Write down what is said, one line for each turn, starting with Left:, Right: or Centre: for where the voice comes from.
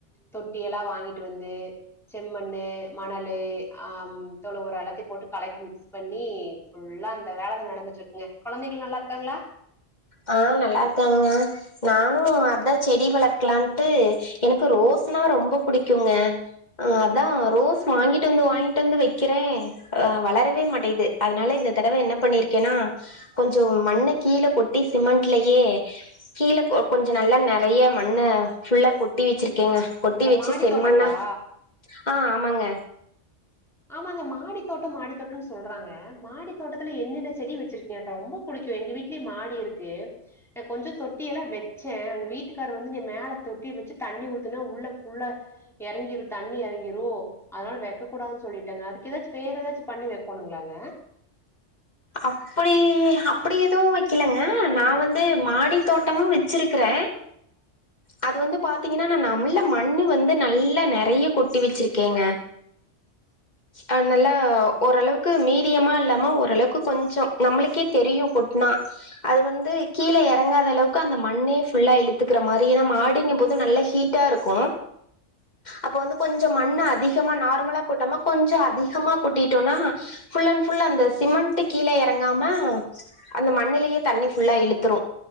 Centre: தொட்டி எல்லா வாங்கி வந்து செம்மண்ணு மணலு ஆ தொழு ஒரம் எல்லாத்தையும் போட்டு களக்கி மிக்ஸ் பண்ணி ஃபுல்லா அந்த வேலதா நடந்துட் இருக்குங்க கெழந்தைகள் நல்லாருக்காங்ளா
Left: ஆ நல்லா இருக்காங்கங்க நானு அதா செடி வளக்கலான்ட்டு எனக்கு ரோஸ்னா ரொம்ப புடிக்குங்க ஆ அதா ரோஸ் வாங்கிட்டு வந்து வாங்கிட்டு வந்து வக்கிறே அ வளரவே மாட்டிகிது அதுனால இந்த தடவ என்ன பண்ணிருக்கேன்னா கொஞ்சோ மண்ண கீழ கொட்டி சிமெண்ட்லயே கீழ கோ கொஞ்ச நல்லா நெறைய மண்ண ஃபுல்லா கொட்டி வச்சுருக்கேங்க கொட்டி
Centre: ஓ
Left: வச்சு
Centre: மாடி
Left: செம்மண்ணா
Centre: தோட்டங்களா
Left: ஆ ஆமாங்க
Centre: ஆமாங்க மாடி தோட்டோ மாடி தோட்டோனு சொல்றாங்க மாடி தோட்டத்துல என்னென்ன செடி வச்சிரு எனக் ரொம்ப புடிக்கு எங்க வீட்லயூ மாடி இருக்கு கொஞ்ச தொட்டி எல்லா வச்சே எங்க வீட்டுக்காரு வந்து நீ மேல தொட்டி வச்சு தண்ணி ஊத்தினா உள்ள ஃபுல்லா எறங்கிரு தண்ணி எறங்கிரு அதுனால வக்க கூடாது சொல் சொல்லிட்டாங்க அதுக்கு ஏதாச்சு வேற ஏதாச்சு பண்ணி வக்கோணுங்ளாங்க
Left: அப்டி அப்டி எதுவு வைக்கலங்க நா வந்து மாடி தோட்டமா வச்சுருக்குறே
Centre: <inaudible>
Left: அது வந்து பாத்தீங்கன்னா நா நம்முல்ல மண்ணு வந்து நல்லா நெறைய கொட்டி வச்சிருக்கேங்க அ நல்லா ஓரளவுக்கு மீடியமா இல்லாம ஓரளவுக்கு கொஞ்சோ நம்மளுக்கே தெரியு கொட்னா அது வந்து கீழ எறங்காத அளவுக்கு அந்த மண்ணே ஃபுல்லா இழுத்துக்கிற மாரியேதா மாடிங்க போது நல்லா ஹீட்டாருக்கு அப்ப வந்து கொஞ்சோ மண்ண அதிகமா நார்மலா கொட்டாம கொஞ்சோ அதிகமா கொட்டிட்டோன்னா ஃபுல் அண் ஃபுல் அந்த சிமெண்ட்டுக் கீழ எறங்காம அந்த மண்ணுலயே தண்ணி ஃபுல்லா இழுத்துரும்